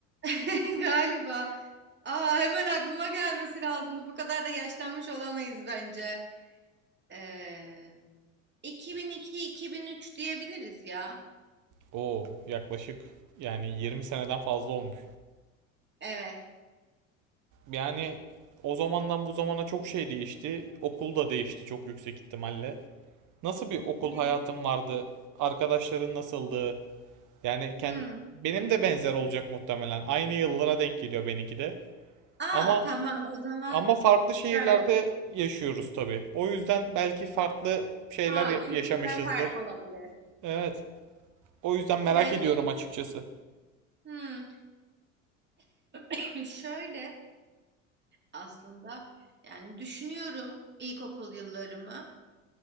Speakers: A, on the right (about 25°); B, on the right (about 50°).
A: Ee, <laughs> galiba. Aa, hemen aklıma gelmesi lazımdı. Bu kadar da yaşlanmış olamayız bence. Ee, 2002-2003 diyebiliriz ya.
B: Oo, yaklaşık yani 20 seneden fazla olmuş.
A: Evet.
B: Yani o zamandan bu zamana çok şey değişti. Okul da değişti çok yüksek ihtimalle. Nasıl bir okul
A: Büyük.
B: hayatın vardı? Arkadaşların nasıldı? Yani kend-
A: Hmm.
B: benim de benzer olacak muhtemelen. Aynı yıllara denk geliyor benimki de.
A: Aa
B: Ama
A: tamam o zaman
B: Ama farklı
A: güzel.
B: şehirlerde yaşıyoruz tabii. O yüzden belki farklı şeyler
A: Aa
B: ya-
A: kültürler
B: yaşamışızdır.
A: farklı olabilir.
B: Evet. O yüzden merak
A: Yani
B: ediyorum
A: ş-
B: açıkçası.
A: <laughs> hmm, <laughs> şöyle aslında. Yani düşünüyorum ilkokul yıllarımı.